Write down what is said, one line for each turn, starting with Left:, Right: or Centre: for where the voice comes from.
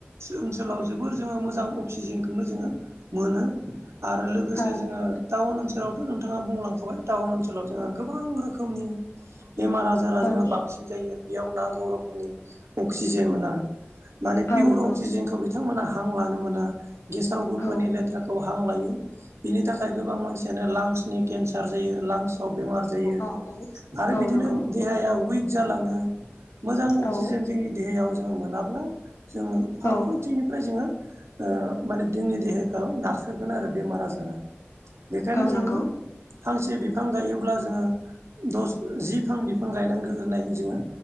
Right: ओनसोलाव जोबोर जोङो मोजां अक्सिजेनखौनो जोङो मोनो आरो लोगोसे
Left: औ
Right: जोङो।
Left: नंगौ
Right: टाउन ओनसोलावथ' नोंथाङा बुंलांखाय टाउन ओनसोलाव जोङो गोबां रोखोमनि बेमार आजार बाजारा जोङो
Left: औ
Right: बांसिन जायो बेयाव नांगौ रोखोमनि अक्सिजेन मोना। माने
Left: औ
Right: पियर
Left: नंगौ
Right: अक्सिजेनखौ बिथांमोना हां लानो मोना गेसाव गोफोनि
Left: औ
Right: लेथ्राखौ। खौ हां लायो बिनि थाखाय गोबां मानसियानो लांसनि केन्सार जायो लांस औ बेमार जायो
Left: औ
Right: आरो
Left: औ
Right: बिदिनो
Left: नंगौ
Right: देहाया उइक जालाङो मोजां अक्सिजेन
Left: औ
Right: जोंनि देहायाव जोङो मोनाब्ला जोङो फारफ्रोमथिनिफ्राय
Left: औ
Right: जोङो। माने जोंनि देहाखौ नाख्रेबगोन आरो बेमार आजारा बेखायनो
Left: औ नंगौ
Right: जोङो। फांसे बिफां गायोब्ला जोङो दस जि फां बिफां गायनांगौ होननाय जोङो।